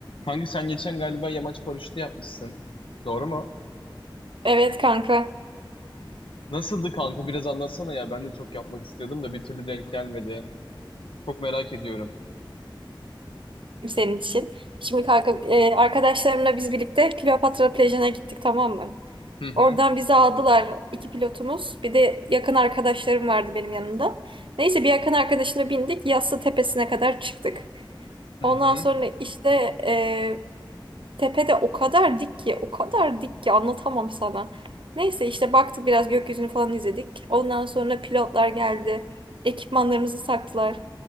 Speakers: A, on the left; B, on the right.
A: Kanka sen geçen galiba yamaç paraşütü yapmışsın. Doğru mu?
B: Evet kanka
A: Nasıldı kanka? Biraz anlatsana ya. Ben de çok yapmak istiyordum da bir türlü denk gelmedi. Çok merak ediyorum.
B: senin için. Şimdi kanka e, arkadaşlarımla biz birlikte Kleopatra plajına gittik tamam mı?
A: Hı hı.
B: Oradan bizi aldılar iki pilotumuz. Bir de yakın arkadaşlarım vardı benim yanımda. Neyse bir yakın arkadaşına bindik. Yassı tepesine kadar çıktık.
A: Hı
B: Ondan
A: hı.
B: sonra işte e, Tepede o kadar dik ki, o kadar dik ki anlatamam sana. Neyse işte baktık biraz gökyüzünü falan izledik. Ondan sonra pilotlar geldi. Ekipmanlarımızı taktılar.